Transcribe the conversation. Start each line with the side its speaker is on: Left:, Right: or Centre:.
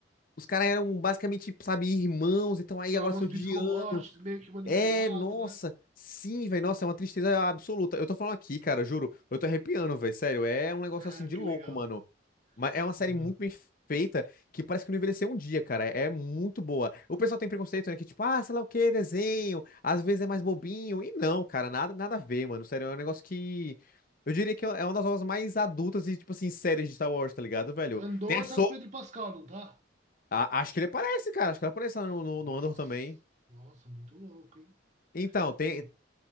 Left: os caras eram basicamente, sabe, irmãos, então aí
Right: Traumas
Left: agora se odiando.
Right: psicológicos, meio que manipulado,
Left: É, nossa,
Right: né?
Left: sim, velho, nossa, é uma tristeza absoluta. Eu tô falando aqui, cara, juro, eu tô arrepiando, velho, sério, é um negócio
Right: <laughs>
Left: assim de
Right: Que
Left: louco,
Right: legal,
Left: mano. Mas é uma série
Right: legal.
Left: muito bem feita que parece que não envelheceu um dia, cara. É muito boa. O pessoal tem preconceito, né? Que tipo, ah, sei lá o que, desenho. Às vezes é mais bobinho. E não, cara, nada, nada a ver, mano. Sério, é um negócio que. Eu diria que é uma das obras mais adultas e, tipo assim, séries de Star Wars, tá ligado, velho?
Right: Andor
Left: Tem a So.
Right: tá com o Pedro Pascal, não tá?
Left: A- acho que ele aparece, cara. Acho que ele aparece lá no, no,
Right: Nossa,
Left: no Andor também.
Right: nossa, muito louco, hein?
Left: Então, tem,
Right: Louco.